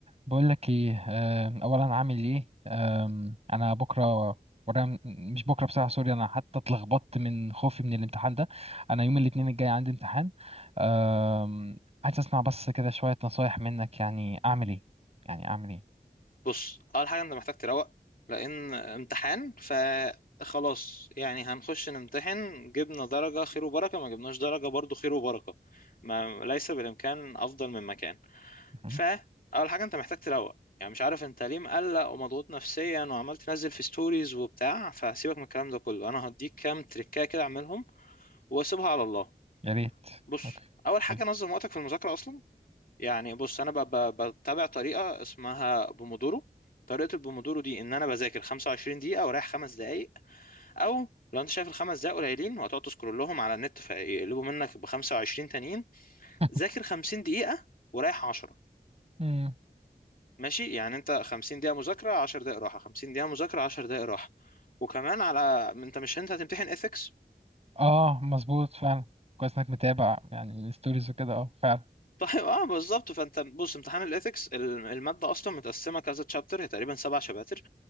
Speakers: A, on the right (about 40°); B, on the left (about 60°).
A: بقول لك ايه أم، اولا عامل ايه أم، انا بكره ورا م- مش بكره بصراحه سوري انا حتى اتلخبطت من خوفي من الامتحان ده انا يوم الاثنين الجاي عندي امتحان أم، عايز اسمع بس كده شويه نصايح منك يعني اعمل ايه يعني اعمل ايه
B: بص اول حاجه انت محتاج تروق لان امتحان فخلاص يعني هنخش نمتحن جبنا درجه خير وبركه ما جبناش درجه برضو خير وبركه ما ليس بالامكان افضل من مكان
A: مهم.
B: فاول حاجه انت محتاج تروق يعني مش عارف انت ليه مقلق ومضغوط نفسيا وعمال تنزل في ستوريز وبتاع فسيبك من الكلام ده كله انا هديك كام تريكايه كده اعملهم واسيبها على الله
A: يا ريت
B: بص
A: اوكي
B: اول حاجه
A: قولي.
B: نظم وقتك في المذاكره اصلا يعني بص انا ب- ب- بتابع طريقه اسمها بومودورو طريقه البومودورو دي ان انا بذاكر 25 دقيقه ورايح خمس دقائق او لو انت شايف الخمس دقائق قليلين وهتقعد تسكرولهم على النت فيقلبوا منك ب 25 تانيين
A: <laughs>
B: ذاكر 50 دقيقه ورايح 10
A: مم.
B: ماشي يعني انت 50 دقيقه مذاكره 10 دقائق راحه 50 دقيقه مذاكره 10 دقائق راحه وكمان على انت مش انت هتمتحن ethics
A: اه مظبوط فعلا كويس انك متابع يعني الستوريز وكده اه فعلا
B: طيب اه بالظبط فانت بص امتحان الاثكس الماده اصلا متقسمه كذا تشابتر هي تقريبا سبع شباتر